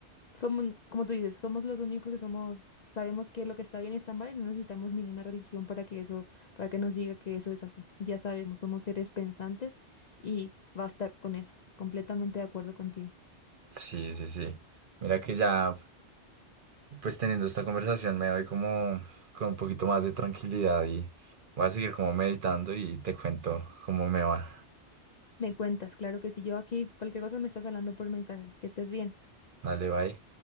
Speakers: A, on the left; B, on the right.
A: somos, como tú dices, somos los únicos que somos, que sabemos qué es lo que está bien y está mal y no necesitamos ninguna religión para que eso, para que nos diga que eso es así. Ya sabemos, somos seres pensantes y basta con eso. Completamente de acuerdo contigo.
B: Sí, sí, sí. Mira que ya, pues teniendo esta conversación me doy como con un poquito más de tranquilidad y voy a seguir como meditando y te cuento cómo me va.
A: Me cuentas, claro que si yo aquí cualquier cosa me estás hablando por mensaje. Que estés bien.
B: Dale, bye.